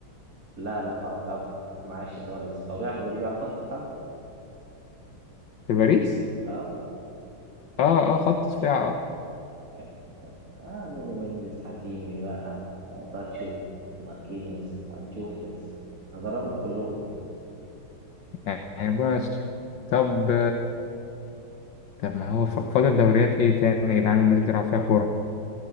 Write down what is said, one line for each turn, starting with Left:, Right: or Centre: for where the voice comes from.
Right: لا لا هو طب معلش سؤال بس هو بيلعب في باريس بيلعب خط دفاع؟
Left: في باريس
Right: اه
Left: اه اه خط دفاع اه
Right: يعني اه آه، نونو مندس حكيمي بقى آه باتشو ماركينيوس هنشوف لسه هجربهم كلهم يعني.
Left: يعني ربنا يستر طب طب ما هو ف- فاضل دوريات ايه تاني يا جدعان الناس بتلعب فيها كورة